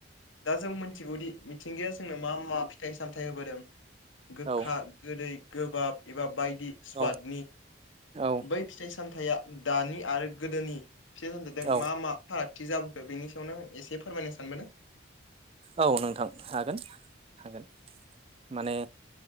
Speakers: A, on the left; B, on the right.
A: दा जों मिथिगौदि मिथिंगाया जोंनो मा मा फिथाइ सामथायाइ होबोदों गोखा
B: औ
A: गोदै गोबाब एबा बायदि स्वादनि
B: औ औ
A: बै फिथाइ सामथायाइया दानि आरो गोदोनि फिथाइ सामथायाइजों
B: औ
A: मा मा फाराग थि जाबोखो बेनि सायावनो आं एसे फोरमायनो सानबोदों
B: औ नोंथां हागोन हागोन माने